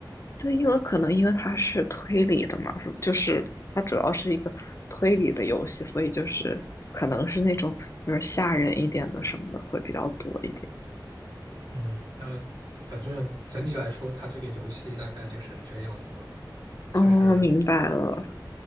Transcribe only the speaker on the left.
对，因为可能因为它是推理的嘛，就是它主要是一个推理的游戏，所以就是可能是那种就是吓人一点的什么的会比较多一点。
哦，
明白了，